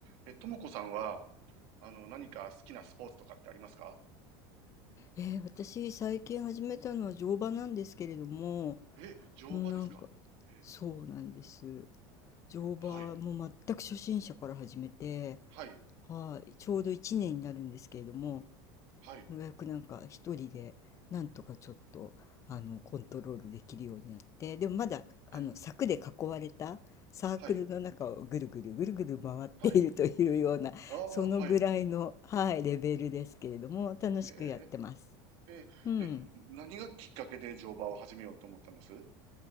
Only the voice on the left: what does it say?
えー私最近始めたのは乗馬なんですけれども、
うんなんかそうなんです。乗馬も全く初心者から始めて、
はい、ちょうど1年になるんですけれども、
ようやくなんか一人でなんとかちょっとあのコントロールできるようになって、でもまだあの柵で囲われたサークルの中をぐるぐるぐるぐる回っているというような、
そのぐらいの、
はい、レベルですけれども、楽しくやってます。
うん。